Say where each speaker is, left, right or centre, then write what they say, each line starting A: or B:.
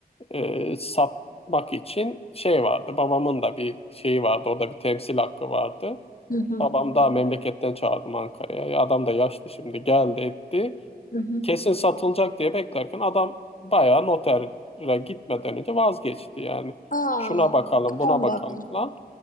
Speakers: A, on the left; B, on the left.
A: e, satmak için şey vardı. Babamın da bir şeyi vardı. Orada bir temsil hakkı vardı.
B: Hı hı.
A: Babam daha memleketten çağırdım Ankara'ya. Adam da yaşlı şimdi geldi etti.
B: Hı hı.
A: Kesin satılacak diye beklerken adam bayağı notere gitmeden önce vazgeçti yani.
B: Aa,
A: Şuna bakalım buna
B: 10
A: bakalım
B: dakika.
A: falan.